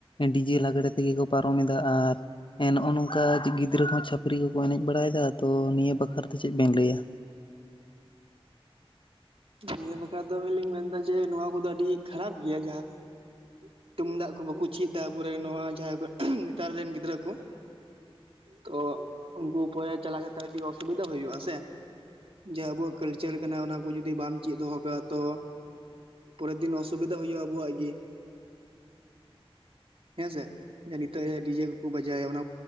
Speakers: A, on the left; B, on the right.
A: ᱰᱤᱡᱮ ᱞᱟᱜᱽᱲᱮ ᱛᱮᱜᱮ ᱠᱚ ᱯᱟᱨᱚᱢ ᱮᱫᱟ ᱟᱨ ᱮᱸ ᱱᱚᱜᱼᱚ ᱱᱚᱝᱠᱟ ᱜᱤᱫᱽᱨᱟᱹ ᱠᱚᱦᱚᱸ ᱪᱷᱟᱯᱹᱨᱤ ᱠᱚᱠᱚ ᱮᱱᱮᱡ ᱵᱟᱲᱟᱭᱮᱫᱟ ᱛᱚ ᱱᱤᱭᱟᱹ ᱵᱟᱠᱷᱨᱟ ᱛᱮ ᱪᱮᱫ ᱵᱮᱱ ᱞᱟᱹᱭᱟ?
B: ᱱᱤᱭᱟᱹ ᱵᱟᱠᱷᱨᱟ ᱫᱚ ᱵᱮᱥ ᱞᱤᱧ ᱢᱮᱱᱫᱟ ᱡᱮ ᱱᱚᱣᱟ ᱠᱚᱫᱚ ᱟᱹᱰᱤ ᱠᱷᱟᱨᱟᱯ ᱜᱮᱭᱟ ᱡᱟᱦᱟᱸ ᱛᱩᱢᱫᱟᱜ ᱠᱚ ᱵᱟᱠᱩ ᱪᱮᱜ ᱫᱟ ᱟᱵᱚᱨᱮᱱ ᱱᱚᱶᱟ ᱡᱟᱦᱟᱸᱭ ᱠᱚ ᱱᱮᱛᱟᱨ ᱨᱮᱱ ᱜᱤᱫᱽᱨᱟᱹ ᱠᱚ ᱛᱚ ᱩᱝᱠᱩ ᱯᱚᱨᱮ ᱪᱟᱞᱟ ᱠᱟᱛᱮ ᱟᱹᱰᱤ ᱚᱥᱩᱵᱤᱫᱟ ᱦᱩᱭᱩᱜ ᱟᱥᱮ᱾ ᱡᱮ ᱟᱵᱩᱣᱟᱜ ᱠᱟᱞᱪᱟᱨ ᱠᱟᱱᱟ ᱚᱱᱟ ᱠᱩ ᱡᱩᱚᱴᱫᱤ ᱵᱟᱢ ᱪᱮᱜ ᱫᱚᱦᱚ ᱠᱟᱜ-ᱟ ᱛᱚ ᱯᱚᱨᱮᱨ ᱫᱤᱱ ᱚᱥᱩᱵᱤᱫᱟ ᱦᱩᱭᱩᱜ-ᱟ ᱟᱵᱩᱣᱟᱜ ᱜᱮ᱾ ᱦᱮᱸᱥᱮ ᱡᱮ ᱱᱤᱛᱚᱜ ᱰᱤᱡᱮ ᱠᱚᱠᱚ ᱵᱟᱡᱟᱭ-ᱟ ᱚᱱᱟ ᱠᱩ